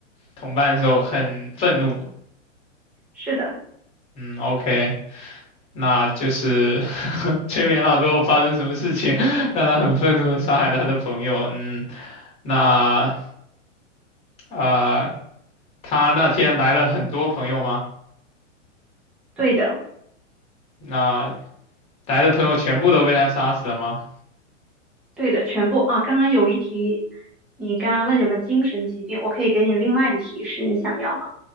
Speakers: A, on the left (about 15°); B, in the centre.
A: 同伴的时候很愤怒，
B: 是的，
A: 嗯，OK，那就是 <laughs> 催眠了之后发生什么事情 <laughs> 让他很愤怒的杀害了他的朋友，嗯，那呃，他那天来了很多朋友吗？
B: 对的，
A: 那来的朋友全部都被他杀死了吗？
B: 对的，全部啊，刚刚有一题，你刚刚问有没有精神疾病，我可以给你另外的提示，你想要吗？